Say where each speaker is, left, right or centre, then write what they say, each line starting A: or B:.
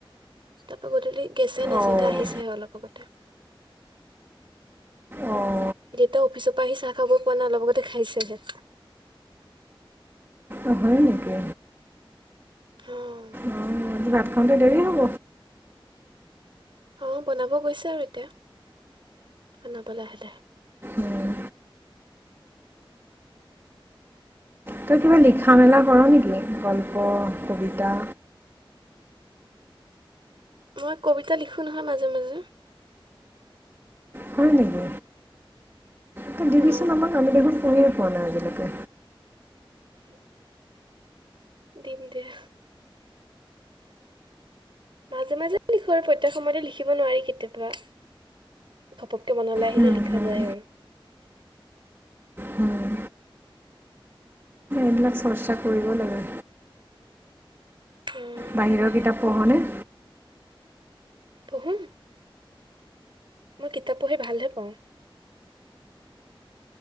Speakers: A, on the right; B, on the right.
A: তাৰ পৰা, গধূলি গেছেই নাছিল
B: অঁ
A: আহিছেহে অলপ আগতে।
B: অঁ
A: যেতিয়া অফিচৰ পৰা আহি চাহ খাব পোৱা নাই লগতে খাইছোহে।
B: অ' হয় নেকি?
A: অ'।
B: অঁ ভাত খাওঁতে দেৰি হ'ব।
A: অ' বনাব গৈছে আৰু এতিয়া, বনাব লাহে লাহে।
B: উম, তই কিবা লিখা মেলা কৰ নেকি গল্প কবিতা?
A: মই কবিতা লিখোঁ নহয়, মাজে মাজে।
B: হয় নেকি? তই দিবিচোন
A: অ
B: আমাক আমি দেখোন পঢ়িয়ে পোৱা নাই আজিলৈকে।
A: দিম দিয়া। মাজে মাজে লিখো আৰু প্ৰত্যেক সময়তে লিখিব নোৱাৰি, কেতিয়াবা গপককে মনলৈ আহিলে
B: হুম
A: লিখা
B: হুম
A: যায় আৰু।
B: হুম। সেইবিলাক চৰ্চা কৰিব লাগে।
A: উম
B: বাহিৰৰ
A: তাকে
B: কিতাপ পঢ়নে?
A: পঢ়ো, মই কিতাপ পঢ়ি ভালহে পাওঁ।